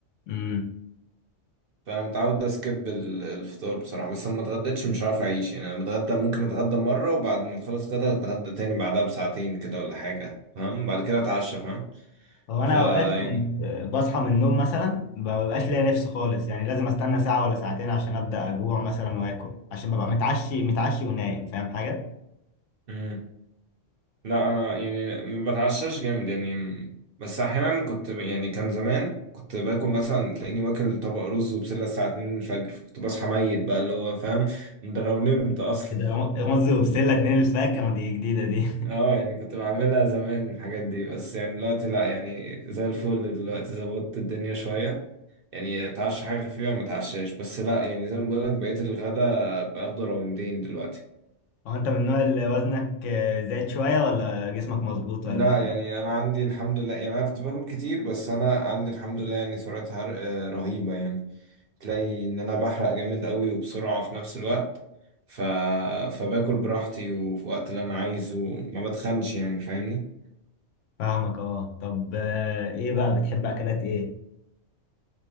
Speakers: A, on the left (about 75°); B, on the right (about 55°).
A: أمم
B: فمتعود أسكب ال- الفطار بصراحة بس لما اتغديتش مش هعرف أعيش يعني أنا بتغدى ممكن أتغدى مرة وبعد ما أخلص غدا أتغدى تاني بعدها بساعتين كده ولا حاجة فاهم بعد كده أتعشى فاهم
A: هو
B: فا
A: أنا أوقات كنت
B: يعني
A: بصحى من النوم مثلا ما ببقاش ليا نفس خالص يعني لازم أستنى ساعة ولا ساعتين عشان أبدأ أجوع مثلا وآكل عشان ببقى متعشي متعشي ونايم فاهم حاجة؟
B: مم. لا أنا يعني ما بتعشاش جامد يعني م- بس أحيانا كنت ب- يعني كان زمان كنت باكل مثلا تلاقيني واكل طبق رز وبسلة الساعة 2 الفجر فكنت بصحى ميت بقى اللي هو فاهم ده لو نمت أصلا
A: كده رز وبسلة اتنين الفجر دي جديدة دي
B: اه يعني كنت بعملها زمان الحاجات دي بس يعني دلوقتي لا يعني زي الفل دلوقتي ظبطت الدنيا شوية يعني اتعشى حاجة خفيفة ما اتعشاش بس لا يعني زي ما بقولك بقيت الغدا باخده راوندين دلوقتي
A: <laughs> هو أنت من النوع اللي وزنك زايد شوية ولا جسمك مظبوط
B: لا
A: ولا إيه؟
B: يعني انا عندي الحمد لله يعني انا كنت باكل كتير بس انا عندي الحمد لله يعني سرعة حرق آه، رهيبة يعني تلاقي ان انا بحرق جامد قوي وبسرعة في نفس الوقت ف... فباكل براحتي وفي وقت اللي انا عايزه ما بتخنش يعني فاهمني
A: فاهمك أه طب آه، إيه بقى بتحب أكلات إيه؟